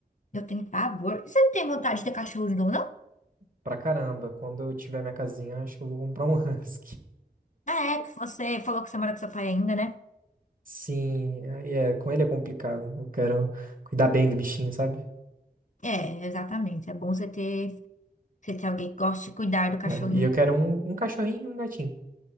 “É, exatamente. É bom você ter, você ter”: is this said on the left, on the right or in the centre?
Left